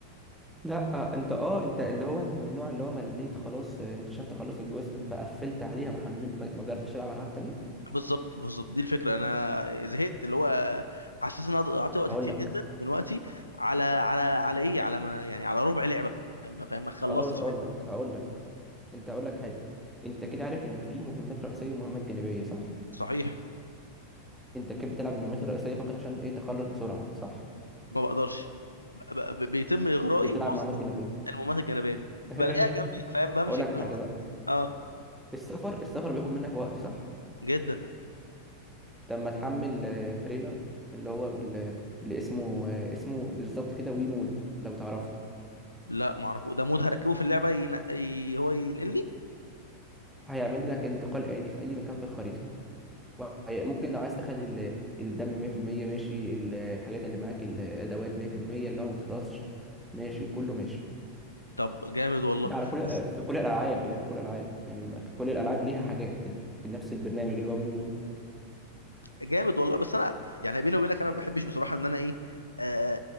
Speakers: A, in the centre; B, on the left.
A: لا آه، انت اه انت اللي هو انت من النوع اللي هو مليت خلاص آه، انت شفت خلاص الجزء فقفلت عليها ما حملت ما ما جربتش تلعب العاب تانية
B: بالظبط بالظبط دي الفكره انا زهقت اللي هو حسيت ان انا قعدت وقت
A: هقول
B: كتير
A: لك
B: جدا من وقتي على على على ايه على ما يعني على ربع لعبه فاهم فاهم؟ ما خلصتش
A: خلاص اقول
B: حاجه
A: لك هقول لك انت هقول لك حاجه انت كده عارف ان في مهمات رئيسيه ومهمات جانبيه صح
B: صحيح
A: انت كده بتلعب المهمات الرئيسيه فقط عشان ايه تخلص بسرعه صح
B: ما بقدرش ب- ب- بيتم اغرائي
A: بتلعب
B: بوسط
A: مهمات
B: الم-
A: جانبية
B: المهمات الجانبيه دي
A: <laughs>
B: بلاقيها جنبي فاهم بمشي
A: اقول لك
B: كده
A: حاجه
B: هو
A: بقى
B: اه
A: السفر السفر بياخد منك وقت صح
B: جدا
A: طب ما تحمل آه، ترينر اللي هو بال- اللي اسمه آه، اسمه بالظبط كده ويمود لو تعرفه
B: لا ما اعرفه ده مود هركبه في اللعبه ين... ي... هو ينقلني
A: هيعمل لك انتقال آني في اي مكان في الخريطه وهي- ممكن لو عايز تخلي ال- الدم 100% ماشي الحاجات اللي معاك الادوات 100% اللي هو ما تخلصش ماشي كله ماشي
B: طب جامد والله
A: ده على كل آه،
B: بس
A: في كل الالعاب اللي في كل الالعاب يعني كل الالعاب ليها حاجات كده في نفس البرنامج اللي هو ويمود
B: جامد والله بس انا يعني بيني وبينك انا ما بحبش بصراحه ان انا ايه آه،